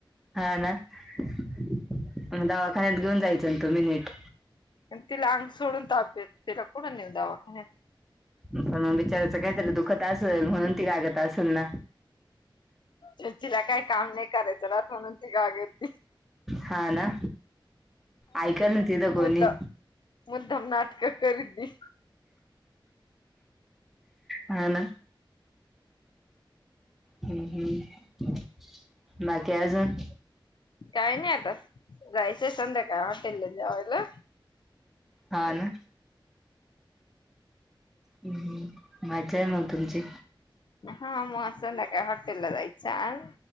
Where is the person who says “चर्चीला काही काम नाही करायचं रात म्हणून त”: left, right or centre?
Left